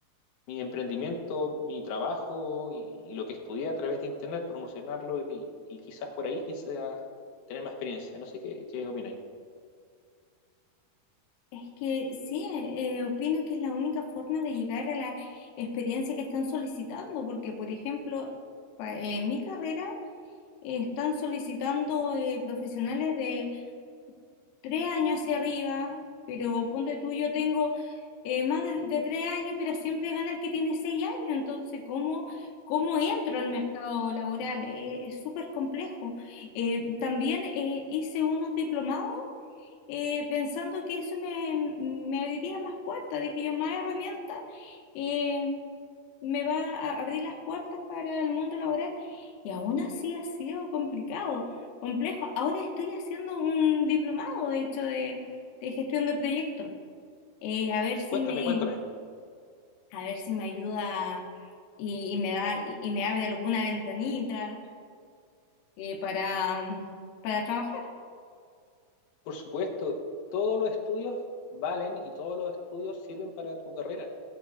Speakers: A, on the left; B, on the left.
A: mi emprendimiento, mi trabajo y, y lo que estudié a través de internet, promocionarlo y, y quizás por ahí quizás tener más experiencia. No sé qué, qué opináis.
B: Es que sí, eh, opino que es la única forma de llegar a la experiencia que están solicitando, porque, por ejemplo, pa- en mi carrera eh, están solicitando eh, profesionales de tres años hacia arriba, pero ponte tú, yo tengo eh, más de, de tres años, pero siempre gana el que tiene seis años, entonces, ¿cómo, cómo entro al mercado laboral? Eh, es súper complejo. Eh, también eh, hice unos diplomados eh, pensando que eso me, me abriría más puertas, dije yo, más herramientas eh, me va a abrir las puertas para el mundo laboral. Y aún así ha sido complicado, complejo. Ahora estoy haciendo un diplomado, de hecho, de, de gestión de proyectos. Eh, a ver si
A: Cuéntame,
B: me,
A: cuéntame.
B: a ver si me ayuda y, y me da, y, y me abre alguna ventanita eh, para, mm, para trabajar.
A: Por supuesto, todos los estudios valen y todos los estudios sirven para tu carrera.